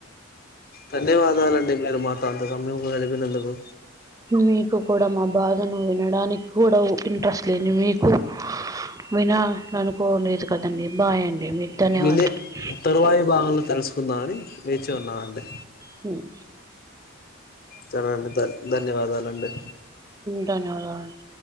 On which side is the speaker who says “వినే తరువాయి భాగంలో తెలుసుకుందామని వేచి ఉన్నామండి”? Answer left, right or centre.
Left